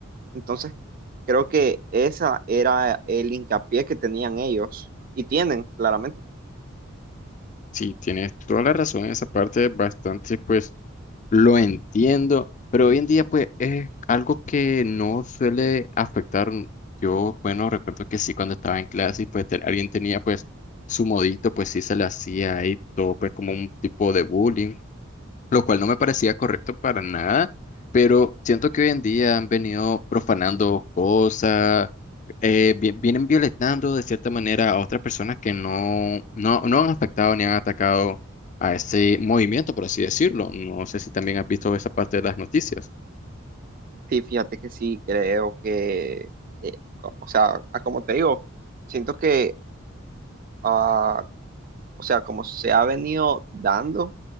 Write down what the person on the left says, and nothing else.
Sí, tienes toda la razón. Esa parte es bastante, pues, Lo entiendo, pero hoy en día pues es algo que no suele afectar. Yo, bueno, recuerdo que sí cuando estaba en clase y pues te- alguien tenía pues su modito, pues sí se le hacía ahí todo pues como un tipo de bullying lo cual no me parecía correcto para nada, pero siento que hoy en día han venido profanando cosas, eh, vi- vienen violentando de cierta manera a otras personas que no, no, no han afectado ni han atacado a este movimiento, por así decirlo. No sé si también has visto esa parte de las noticias.